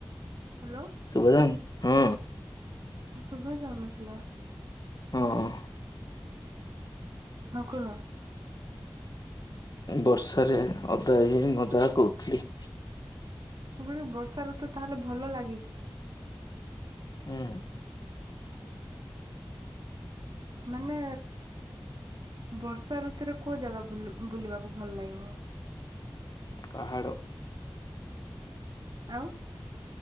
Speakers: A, on the right; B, on the left.
A: ହ୍ୟାଲୋ।
B: ଶୁଭା ଯାଉନି? ହଁ।
A: ଶୁଭା ଯାଉନଥିଲା।
B: ହଁ।
A: ହଁ କୁହ।
B: ବର୍ଷାରେ ଓଦା ହେଇ ହେଇ ମଜା କରୁଥିଲି।
A: ଆପଣଙ୍କୁ ବର୍ଷାଋତୁ ତାହେଲେ ଭଲ ଲାଗେ କି?
B: ହୁଁ।
A: ମାନେ, ବର୍ଷାଋତୁରେ କୋଉ ଜାଗା ବୁଲୁ ବୁଲିବାକୁ ଭଲ ଲାଗିବ?
B: ପାହାଡ଼।
A: ଆଉ